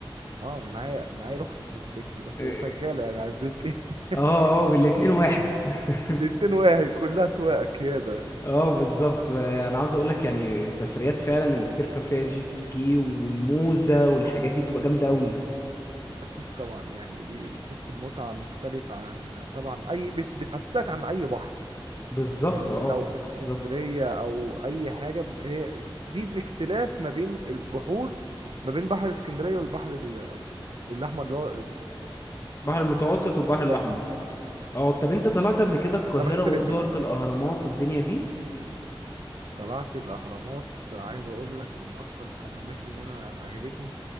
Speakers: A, on the right (about 65°); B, on the left (about 30°).
A: اه انا معايا معايا رخصة موتوسيكل بس
B: اه
A: هي شغالة يعني على الجيسكي <laughs>
B: اه آه، بالاتنين واحد <laughs>
A: الاتنين واحد كلها سواقة كده
B: اه بالظبط انا عاوز اقول لك يعني السفريات فعلا اللي بتركب فيها جيت سكي والموزة والحاجات دي بتبقى جامدة قوي
A: اكيد طبعا يعني دي بتحس بمتعة مختلفة عن طبعا اي بت... بتحسسك عن اي بحر
B: بالظبط
A: يعني
B: اه
A: لو
B: بت-
A: اسكندرية
B: بالظبط
A: أو أي حاجة ب- هي دي الاختلاف ما بين البحور ما بين بحر اسكندرية والبحر ال- الأحمر اللي هو ال-
B: البحر
A: الس-
B: المتوسط
A: ال-
B: والبحر
A: الساحل
B: الاحمر
A: أه.
B: اه طب انت طلعت قبل كده القاهره
A: انا بختلف
B: وزهره
A: ما بينهم
B: الاهرامات الدنيا دي
A: طلعت الاهرامات عايز اقول لك من اكتر الح- الاماكن اللي انا عجبتني